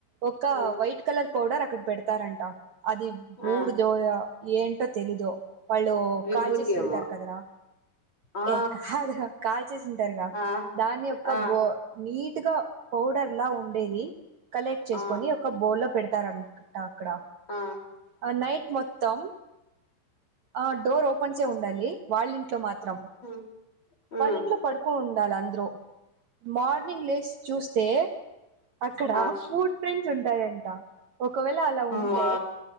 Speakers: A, on the right (about 80°); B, on the left (about 25°).
A: ఒక
B: ఉమ్
A: వైట్ కలర్ పౌడర్ అక్కడ పెడతారంట అది బూడ్దోయ
B: ఆ
A: ఏంటో తెలీదో వాళ్ళు
B: విభూతి
A: కాచిస్ తింటారు
B: ఏమో
A: కదరా
B: ఆ
A: ఏ కాద కాచ చ్చసింటారుగా
B: ఆ
A: దాని యొక్క
B: ఆ
A: బో నీట్గా పౌడర్లా ఉండేది కలెక్ట్ చేసుకొని
B: ఆ
A: ఒక బో లో పెడతారు అక్కడ
B: ఆ
A: ఆ నైట్ మొత్తం ఆ డోర్ ఓపెన్ చే ఉండాలి వాళ్ళ ఇంట్లో మాత్రం
B: ఉమ్
A: వాళ్ళింట్లో
B: ఉమ్
A: పడుకుని ఉండాల అందరూ మార్నింగ్ లేస్ చూస్తే అక్కడ
B: ఆ
A: ఫూడ్ ప్రింట్స్ ఉంటాయంట ఒకవేళ అలా ఉంటే
B: మా